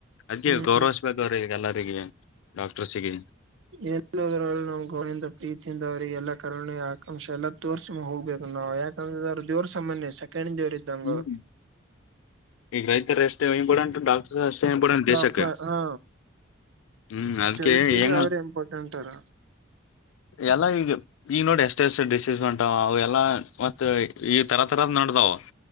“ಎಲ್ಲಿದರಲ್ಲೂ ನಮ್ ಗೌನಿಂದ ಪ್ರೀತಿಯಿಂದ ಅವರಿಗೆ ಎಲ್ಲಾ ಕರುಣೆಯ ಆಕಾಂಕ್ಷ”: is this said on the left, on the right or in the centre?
Right